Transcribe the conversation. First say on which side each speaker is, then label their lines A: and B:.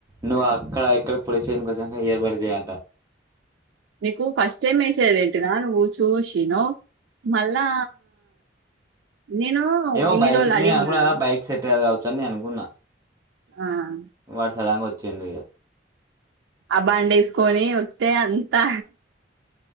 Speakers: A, on the right; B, on the right.
A: నువ్వు అక్కడ ఇక్కడ పోలీస్ స్టేషన్ కొచ్చినంక ఇయర్ బర్డ్స్ తా అంట
B: మీకు ఫస్ట్ టైం వేసేది ఏంటీనా నువ్వు చూసినవ్ మళ్ళా నేను
A: ఏమో
B: ఇన్ని
A: బైక్
B: రోజులు
A: నేను
B: అడిగినాను
A: అనుకున్నానా బైక్ సెట్ కాదు <unintelligible> అనుకున్నా
B: ఆ,
A: వాడు సడన్ గా వచ్చి వచ్చిండు ఇగ
B: ఆ బండి వేసుకొని వత్తే అంతా